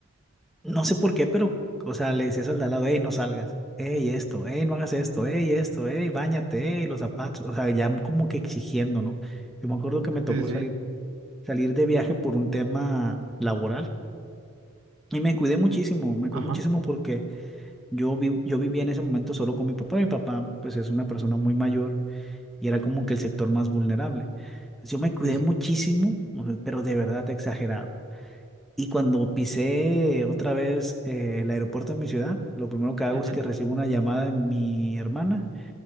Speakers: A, in the centre; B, on the right.
A: No sé por qué, pero, o sea, le decías al de al lado, hey, no salgas, hey, esto, hey, no hagas esto, hey, esto, hey, báñate, hey, los zapatos, o sea, ya como que exigiendo, ¿no? Yo me acuerdo que me tocó
B: sí, sí, sí,
A: salir, salir de viaje por un tema laboral y me cuidé muchísimo, me cuidé
B: ajá,
A: muchísimo porque yo, vi, yo vivía en ese momento solo con mi papá, mi papá, pues, es una persona muy mayor y era como que el sector más vulnerable. Entonces, yo me cuidé
B: sí, sí.
A: muchísimo, o sea, pero de verdad exagerado. Y cuando pisé otra vez eh, el aeropuerto de mi ciudad, lo primero que hago
B: ujú,
A: es que recibo una llamada de mi hermana,